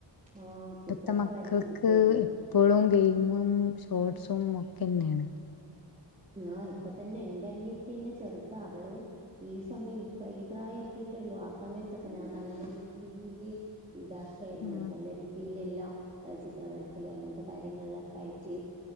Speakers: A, on the right (about 15°); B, on the left (about 50°).
A: ആഹ്
B: ഇപ്പത്തെ
A: ചിത്രൊക്കെ
B: മക്കൾക്ക്
A: വരച്ചിരിക്കായിരുന്നു
B: എപ്പോഴും ഗെയിം യിം ഷോസും ഒക്കെ തന്നെയാണ്.
A: ആഹ് ഇപ്പ തന്നെ എൻന്റെ അനിയത്തി തന്നെ ചെറുതാ അവള് ഈ സമയം ഇപ്പ ഈ പ്രായം എത്തിട്ട് ഉള്ളൂ ആ സമയത്തൊക്കെ ഞാൻ നല്ല രീതിൽ ഇതാക്കായിരുന്നു
B: ആഹ്
A: നല്ല രീതിയിൽ ഇല്ലില്ലോ ചിത്രം വരക്കല്ലെ അങ്ങനത്തെ കാര്യങ്ങളിലൊക്കെ ആയിട്ട്